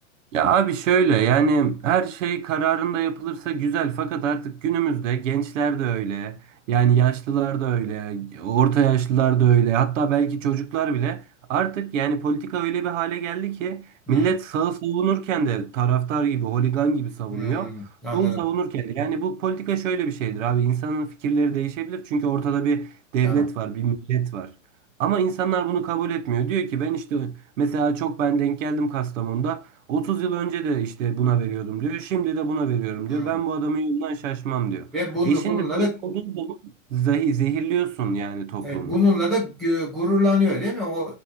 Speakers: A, on the right (about 70°); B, in the centre.
A: Ya abi şöyle yani her şey kararında yapılırsa güzel fakat artık günümüzde gençler de öyle yani yaşlılar da öyle orta yaşlılar da öyle hatta belki çocuklar bile artık yani politika öyle bir hale geldi ki
B: Hmm,
A: millet sağı savunurken de taraftar gibi holigan gibi savunuyor
B: hmm, anladım.
A: solu savunurken de yani bu politika şöyle bir şeydir abi insanın fikirleri değişebilir çünkü ortada bir devlet
B: Tamam.
A: var bir millet var. Ama insanlar bunu kabul etmiyor. Diyor ki ben işte mesela çok ben denk geldim Kastamonu'da. 30 yıl önce de işte buna veriyordum diyor. Şimdi de buna veriyorum
B: Hmm.
A: diyor. Ben bu adamın yolundan şaşmam diyor.
B: Ve bunu
A: E şimdi
B: bununla
A: böyle
B: da
A: olduğu zaman zahi, zehirliyorsun yani toplumu.
B: Evet, bununla da gö- gururlanıyor değil mi? O,